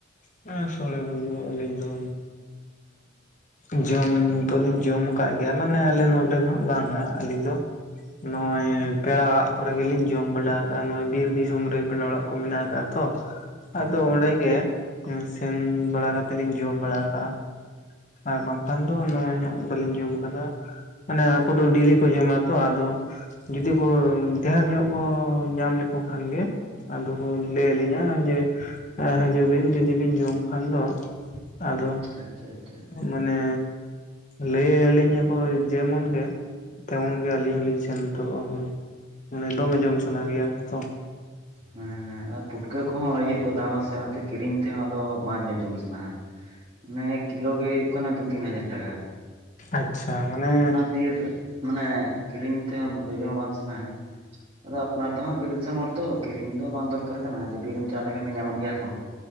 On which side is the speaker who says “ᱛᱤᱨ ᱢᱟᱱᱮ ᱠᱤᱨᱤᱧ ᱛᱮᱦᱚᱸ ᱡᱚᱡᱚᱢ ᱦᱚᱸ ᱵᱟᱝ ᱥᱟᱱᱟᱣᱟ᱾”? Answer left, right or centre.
Right